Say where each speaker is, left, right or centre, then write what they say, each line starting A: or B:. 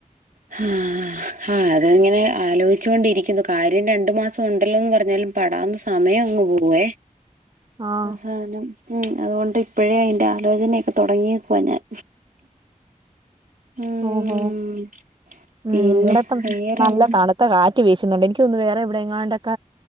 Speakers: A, on the right; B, on the right.
A: ഉ <unintelligible> ആ ആഹ് അതങ്ങനെ ആലോചിച്ചു കൊണ്ടിരിക്കുന്നു കാര്യം രണ്ടു മാസം ഉണ്ടല്ലോന്ന് പറഞ്ഞാൽ പടാന്ന് സമയം അങ്ങ് പോവേ
B: ആഹ്
A: അസ ഉം അതുകൊണ്ട് ഇപ്പോഴേ അതിന്റെ ആലോചനൊക്കെ തുടങ്ങിക്കവാ ഞാൻ ഉം
B: ഓഹോ ഉം
A: പിന്നെ
B: ഇവിടെ ഇപ്പം
A: വേറെന്നാ
B: നല്ല താണുത്ത കാറ്റ് വീശുന്നുണ്ട് എനിക്കൊന്ന് വേറെ എവിടെ എങ്ങാണ്ടക്ക